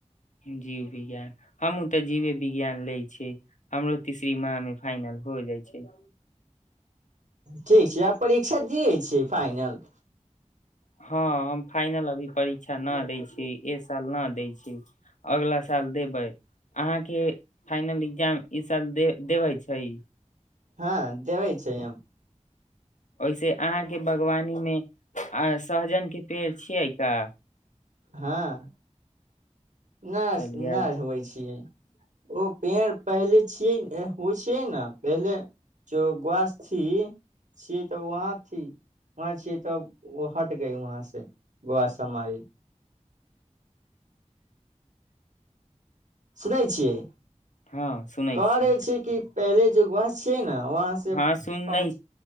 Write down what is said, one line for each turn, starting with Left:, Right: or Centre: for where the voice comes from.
Left: जीव विज्ञान, हमहूँ तऽ जीवे विज्ञान लै छियै, हमरो तीसरी माह मे फाइनल हो जाइ छै।
Right: ठीक छै, आब परीक्षा दिय छी। फाइनल
Left: हँ, हम एखन फाइनल परीक्षा नहि दै छी। एक साल नहि देब। अगिला साल देब। अहाँ फाइनल एग्जाम ई साल देबै छी?
Right: हँ देबे छै एम
Left: ओहिसँ अहाँके बागवानीमे सहजनके पेड़ छै की?
Right: हँ नहि
Left: चलियै
Right: नहि होइ छियै ओ पेड़ पहिले छियै ने हो, छै ने। पहिले जे गाछी छलै, ओतहि छलै। तऽ ओतयसँ हटि गेलै। सुनै छियै
Left: हँ सुनै
Right: करे
Left: छी
Right: छै कि पहिले बास छियै ने ओतयसँ
Left: हँ सुनै
Right: हम